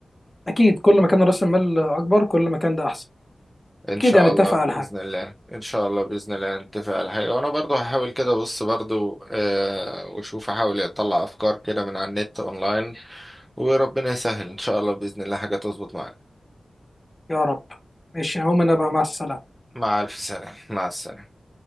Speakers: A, on the left; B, in the centre.
A: اكيد كل ما كان راس المال اكبر كل ما كان ده احسن
B: ان
A: اكيد
B: شاء
A: هنتفق
B: الله باذن
A: على حاجه
B: الله ان شاء الله باذن الله نتفق على حاجه وانا برضو هحاول كده بص برضو آه واشوف احاول اطلع افكار كده من على النت اونلاين وربنا يسهل ان شاء الله باذن الله حاجه تظبط معانا
A: يا رب ماشي هقوم انا بقى مع السلامة
B: مع الف سلامه مع السلامه